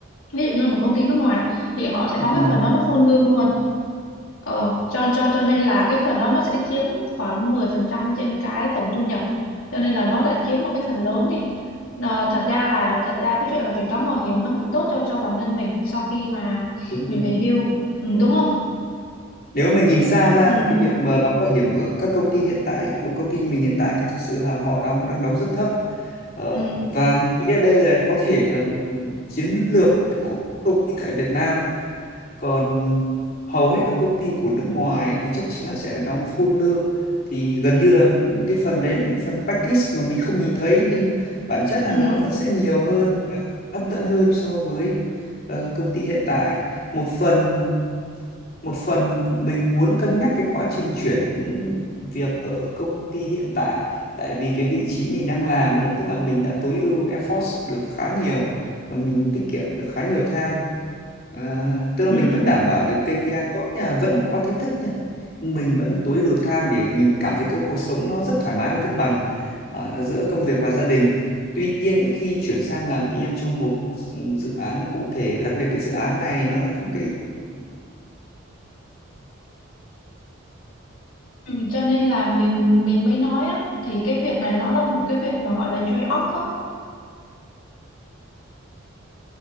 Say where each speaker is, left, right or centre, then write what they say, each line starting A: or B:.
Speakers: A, on the left (about 80°); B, on the left (about 45°).
A: ví dụ như là một công ty nước ngoài thì họ sẽ
B: nước
A: đóng
B: ngoài
A: cái phần đó nó full lương luôn ờ, cho cho cho nên là cái phần đó nó sẽ chiếm khoảng 10% trên cái tổng thu nhập cho nên là nó đã chiếm một cái phần lớn đi Ờ, thật ra là thật ra cái chuyện là phải đóng bảo hiểm nó cũng tốt cho cho bản thân mình sau khi mà
B: đúng
A: mình
B: rồi
A: về hưu ừ, đúng không
B: nếu mà nhìn xa ra
A: ừ,
B: thì cái việc mà đóng bảo hiểm ở các công ty hiện tại ví dụ công ty như mình hiện tại thì thực sự là họ đóng đang đóng rất thấp ờ,
A: ừ,
B: và mình nghĩ ở đây là có thể là chiến lược của công ty tại Việt Nam còn hầu hết các công ty của nước ngoài thì chắc chắn là sẽ đóng full lương thì gần như là những cái phần đấy là những phần package mà mình không nhìn thấy nhưng bản chất là
A: ừ,
B: nó vẫn sẽ nhiều hơn và hấp dẫn hơn so với ờ, công ty hiện tại một phần một phần mình muốn cân nhắc cái quá trình chuyển việc ở công ty hiện tại tại vì cái vị trí mình đang làm ấy tức là mình đã tối ưu effort được khá nhiều và mình tiết kiệm được khá nhiều time à, tức là
A: ừ.
B: mình vẫn đảm bảo được KPI tốt nha vẫn có thách thức nha nhưng mình vẫn tối ưu được time để mình cảm thấy cái cuộc sống nó rất thoải mái và cân bằng à, giữa công việc và gia đình tuy nhiên ấy, khi chuyển sang làm PM trong một dự án cụ thể đặc biệt cái dự án này nó là cũng cái
A: Ừ, cho nên là mình mình mới nói á thì cái việc này nó là một cái việc mà gọi là trade off á